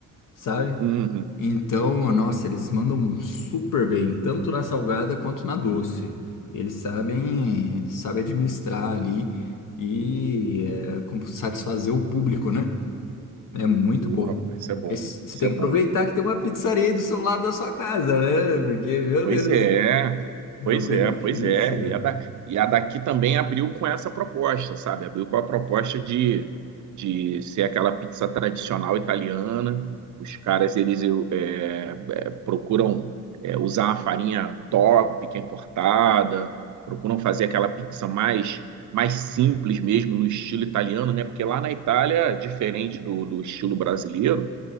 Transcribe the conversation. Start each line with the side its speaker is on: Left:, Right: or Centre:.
Left: sabe?
Right: Uhum.
Left: Então, nossa, eles mandam super bem, tanto na salgada quanto na doce. Eles sabem, sabem administrar ali e é, como satisfazer o público, né? É muito
Right: Pô,
Left: bom.
Right: rapaz, isso é bom,
Left: Mas você
Right: isso
Left: tem
Right: é
Left: que
Right: bom.
Left: aproveitar que tem uma pizzaria aí do seu lado da sua casa, né? Porque, meu
Right: Pois
Left: Deus,
Right: é, pois
Left: é um benefício,
Right: é, pois é.
Left: né?
Right: E a, da, e a daqui também abriu com essa proposta, sabe? Abriu com a proposta de, de ser aquela pizza tradicional italiana. Os caras, eles é, é, procuram é, usar a farinha top, que é importada, procuram fazer aquela pizza mais, mais simples mesmo, no estilo italiano, né? Porque lá na Itália, diferente do, do estilo brasileiro,